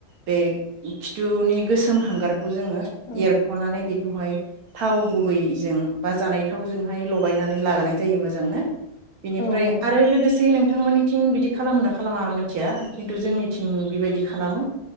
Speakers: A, on the right; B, on the left.
A: बे खिथुनि गोसोम हांगार खौ जोङो
B: औ
A: एरख'नानै बि खौहाय थाव गुबैजों बा जानाय थावजोंहाय लगायनानै लागायनाय जायो मोजांनो। बेनिफ्राय
B: औ नंगौ
A: आरो लोगोसे नों थांमोननिथिं बिदि खालामो ना खालामा मोनथिया खिन्थु जोंनिथिं बिबायदि खालामो।